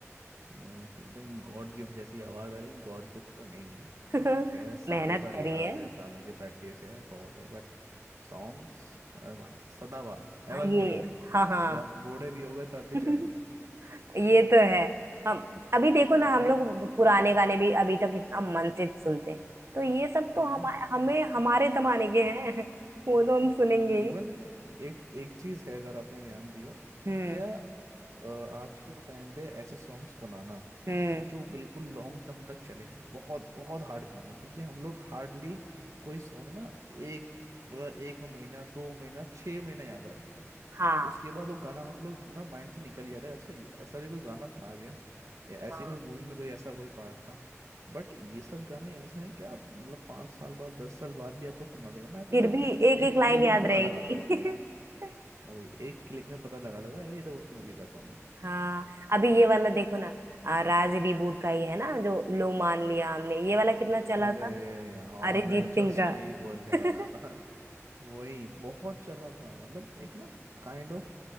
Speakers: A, on the right; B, on the right.
A: वो तो एकदम गॉड गिफ्ट जैसी आवाज है लेकिन गॉड गिफ्ट तो नहीं है
B: <laughs>
A: खैर सालों
B: मेहनत
A: का
B: करी
A: रियाज
B: है
A: है सालों की प्रैक्टिस है बहुत है बट सॉन्ग्स अरे भाई साहब, सदाबहार
B: हाँ
A: एवरग्रीन
B: ये
A: है
B: हाँ हाँ
A: मतलब बूढ़े भी हो गए तब भी
B: <laughs>
A: चलेंगे वो तो
B: ये तो है हम अभी देखो
A: वही
B: ना हम
A: तो
B: लोग पुराने गाने भी अभी तक इतना मन से सुनते हैं तो ये सब तो
A: हम्म
B: हम हमें हमारे जमाने के हैं <laughs> वो तो हम सुनेंगे ही
A: इवन एक एक चीज है अगर आपने ध्यान दियो
B: हम्म
A: क्या अ, आज के टाइम पे ऐसे सॉन्ग्स बनाना
B: हम्म
A: जो बिल्कुल लॉन्ग टर्म तक चले बहुत बहुत हार्ड काम है क्योंकि हम लोग हार्डली कोई सॉन्ग ना एक मतलब एक महीना दो महीना छः महीना याद रखते हैं
B: हाँ
A: उसके बाद वो गाना हम लोग ना माइंड से निकल ही जाता है अच्छा ये ऐसा भी कोई गाना था क्या या ऐसी
B: हाँ
A: कोई मूवी में कोई ऐसा कोई पार्ट था बट ये सब गाने ऐसे हैं कि आप मतलब पाँच साल बाद दस साल बाद भी आपको सुना देगा ना आप
B: फिर
A: एकदम
B: भी एक
A: एक
B: एक लाइन
A: क्लिक
B: याद
A: में पता
B: रहेगी
A: लगा लोगे
B: <laughs>
A: वही एक क्लिक में पता लगा लोगे अरे ये तो उस मूवी का सॉन्ग है
B: हाँ अभी ये वाला देखो ना आ, राज रिबूट का ही है ना जो लो मान लिया हमने ये वाला कितना चला
A: अरे
B: था
A: यार
B: अरिजीत
A: मैं जस्ट
B: सिंह का
A: यही बोलने
B: <laughs>
A: वाला था वही बहुत चला था मतलब एक ना काइंड ऑफ